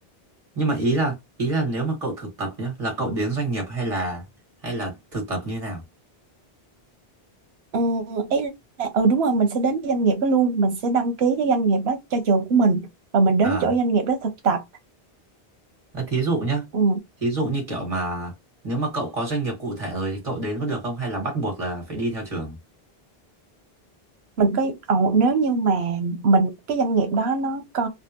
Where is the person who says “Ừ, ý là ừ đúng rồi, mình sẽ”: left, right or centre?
Right